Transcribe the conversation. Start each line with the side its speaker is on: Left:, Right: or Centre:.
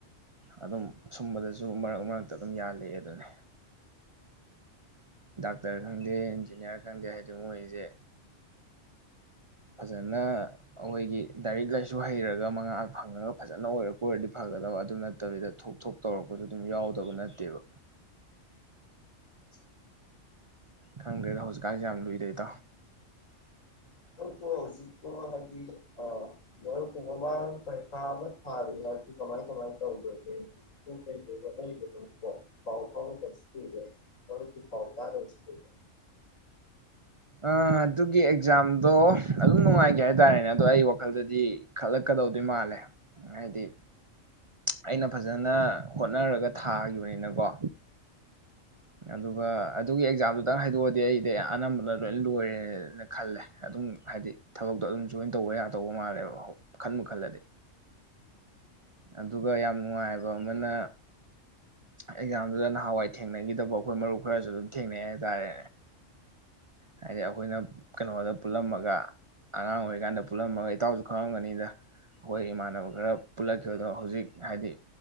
Right: ꯑꯗꯨꯝ ꯁꯨꯝꯕꯗꯁꯨ ꯃꯔꯛ ꯃꯔꯛꯇ ꯑꯗꯨꯝ ꯌꯥꯜꯂꯛꯑꯦ ꯑꯗꯨꯅꯤ ꯗꯥꯛꯇꯔ ꯈꯪꯗꯦ ꯏꯟꯖꯤꯅꯤꯌꯥꯔ ꯈꯪꯗꯦ ꯍꯥꯏꯗ ꯃꯣꯏꯁꯦ ꯐꯖꯅ ꯑꯩꯈꯣꯏꯒꯤ ꯗꯥꯏꯔꯤꯛ ꯂꯥꯏꯁꯨ ꯍꯩꯔꯒ ꯃꯉꯥꯍ ꯐꯪꯉꯒ ꯐꯖꯅ ꯑꯣꯏꯔꯛꯄ ꯑꯣꯏꯔꯗꯤ ꯐꯒꯗꯕ ꯑꯗꯨ ꯅꯠꯇꯕꯤꯗ ꯊꯣꯛ ꯊꯣꯛ ꯇꯧꯔꯛꯄꯁꯨ ꯑꯗꯨꯝ ꯌꯥꯎꯗꯕ ꯅꯠꯇꯦꯕ
Left: <inaudible>
Right: ꯈꯪꯗ꯭ꯔꯦꯗ ꯍꯧꯖꯤꯛꯀꯥꯟꯁꯦ ꯌꯥꯝ ꯂꯨꯏꯗꯦ ꯏꯗꯣ
Left: ꯃꯔꯨꯞꯄꯨ ꯍꯧꯖꯤꯛꯄꯨ ꯍꯥꯏꯗꯤ ꯃꯔꯨꯞꯄꯨ ꯃꯃꯥꯡ ꯄꯔꯤꯈꯥ ꯑꯃ ꯊꯥꯔꯤ ꯍꯥꯏꯔꯗꯤ ꯀꯃꯥꯏ ꯀꯃꯥꯏ ꯇꯧꯗꯒꯦ ꯀꯩꯗꯣꯗꯣ ꯄꯥꯎ ꯐꯥꯎꯗꯕꯁꯨ ꯀꯨꯏꯔꯦ ꯃꯔꯨꯞꯀꯤꯨ ꯄꯥꯎ ꯇꯥꯗꯕꯁꯨ ꯀꯨꯏꯔꯦ
Right: ꯑ ꯑꯗꯨꯒꯤ ꯑꯦꯛꯖꯥꯝꯗꯣ ꯑꯗꯨꯝ ꯅꯨꯡꯉꯥꯏꯒꯦ ꯍꯥꯏꯇꯥꯔꯦꯅꯦ ꯑꯗꯣ ꯑꯩ ꯋꯥꯈꯜꯗꯗꯤ ꯈꯜꯂꯛꯀꯗꯧꯗꯣꯏ ꯃꯥꯜꯂꯦ ꯍꯥꯏꯗꯤ ꯑꯩꯅ ꯐꯖꯅ ꯍꯣꯠꯅꯔꯒ ꯊꯥꯈꯤꯕꯅꯤꯅꯀꯣ ꯑꯗꯨꯒ ꯑꯗꯨꯒꯤ ꯑꯦꯛꯖꯥꯝꯗꯨꯇꯪ ꯍꯥꯏꯗꯣꯛꯑꯗꯤ ꯑꯩꯗꯤ ꯑꯅꯝꯕꯅ ꯂꯣꯏ ꯂꯣꯏꯔꯦꯅ ꯈꯜꯂꯦ ꯑꯗꯨꯝ ꯍꯥꯏꯗꯤ ꯊꯕꯛꯇꯣ ꯑꯗꯨꯝ ꯖꯣꯏꯟ ꯇꯧꯕ ꯌꯥꯗꯧꯕ ꯃꯥꯜꯂꯦꯕ ꯈꯟꯕ ꯈꯜꯂꯗꯤ ꯑꯗꯨꯒ ꯌꯥꯝ ꯅꯨꯡꯉꯥꯏꯕ ꯑꯃꯅ ꯑꯦꯛꯖꯥꯝꯗꯨꯗ ꯅꯍꯥꯟꯋꯥꯏ ꯊꯦꯡꯅꯈꯤꯗꯕ ꯑꯩꯈꯣꯏ ꯃꯔꯨꯞ ꯈꯔꯁꯨ ꯑꯗꯨꯝ ꯊꯦꯡꯅꯩ ꯍꯥꯏꯇꯥꯔꯦ ꯍꯥꯏꯗꯤ ꯑꯩꯈꯣꯏꯅ ꯀꯩꯅꯣꯗ ꯄꯨꯜꯂꯝꯃꯒ ꯑꯉꯥꯡ ꯑꯣꯏꯔꯤꯀꯥꯟꯗ ꯄꯨꯜꯂꯝꯃꯒ ꯏꯇꯥꯎꯁꯨ ꯈꯪꯉꯝꯒꯅꯤꯗ ꯑꯩꯈꯣꯏ ꯏꯃꯥꯟꯅꯕ ꯈꯔ ꯄꯨꯜꯂꯛ ꯈꯤꯕꯗꯣ ꯍꯧꯖꯤꯛ ꯍꯥꯏꯗꯤ